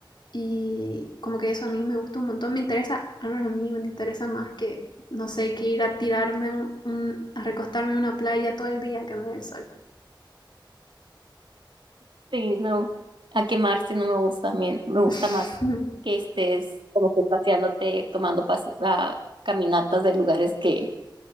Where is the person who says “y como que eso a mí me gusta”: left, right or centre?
Left